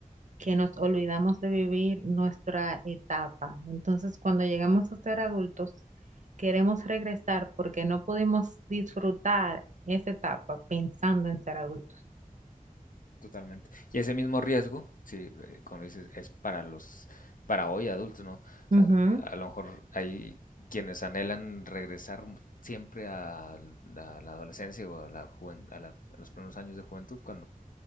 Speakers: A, on the right; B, on the left.
A: que nos olvidamos de vivir nuestra etapa. Entonces, cuando llegamos a ser adultos, queremos regresar porque no pudimos disfrutar esa etapa pensando en ser adultos.
B: Totalmente. Y ese mismo riesgo, sí, eh, como dices, es para los, para hoy adultos, ¿no? O
A: Ujú,
B: sea, a lo mejor hay quienes anhelan regresar siempre a, a la adolescencia o a, la juven- a la- a los primeros años de juventud cuando